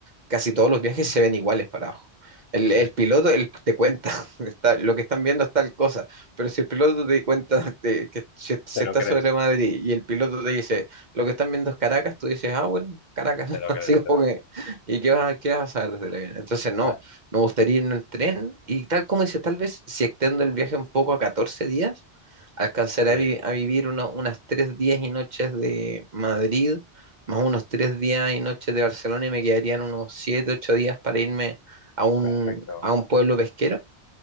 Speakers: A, on the right; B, on the left.
A: casi todos los viajes se ven iguales para abajo. El,
B: sí, sí.
A: el piloto el, te cuenta, <laughs> está, lo que están viendo es tal cosa, pero si el piloto te cuenta de que se, se
B: Te lo
A: está
B: crees,
A: sobre Madrid y el piloto te dice, lo que están viendo es Caracas, tú dices, ah, bueno, Caracas,
B: te
A: <laughs>
B: lo
A: así
B: crees, te
A: como
B: lo crees.
A: que, ¿y qué vas, a- qué vas a saber desde el avión? Entonces, no,
B: Ah,
A: me gustaría ir en tren y tal como dices, tal vez si extendo el viaje un poco a 14 días, alcanzaré
B: Sí,
A: a, vi- a vivir uno- unas 3 días y noches de Madrid, más unos 3 días y noches de Barcelona y me quedarían unos 7 8 días para irme a un,
B: perfecto.
A: a un pueblo pesquero.